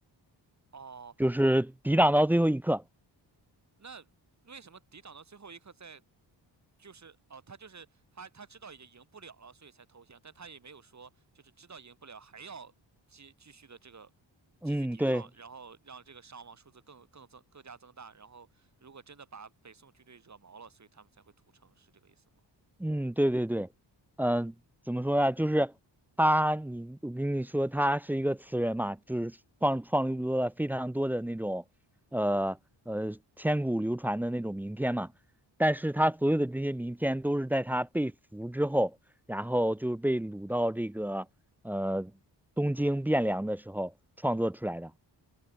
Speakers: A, on the right (about 40°); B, in the centre.
A: 哦，
B: 就是抵挡到最后一刻。
A: 那为什么抵挡到最后一刻，在就是哦，他就是他，他知道已经赢不了了，所以才投降，但他也没有说就是知道赢不了还要继继续的这个
B: 嗯，
A: 继续抵抗，
B: 对。
A: 然后让这个伤亡数字更更增更加增大，然后如果真的把北宋军队惹毛了，所以他们才会屠城，是这个意思吗？
B: 嗯，对对对，嗯、怎么说呢？就是他，你我跟你说，他是一个词人嘛，就是创创立出了非常多的那种，呃呃，千古流传的那种名篇嘛。但是他所有的这些名篇都是在他被俘之后，然后就是被掳到这个呃东京汴梁的时候创作出来的。